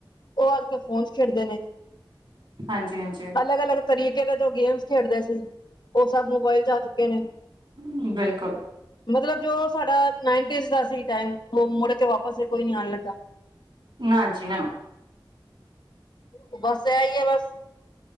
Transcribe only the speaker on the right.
ਹਾਂਜੀ ਹਾਂਜੀ
ਹਮ ਬਿਲਕੁਲ
ਨਾ ਜੀ ਨਾ-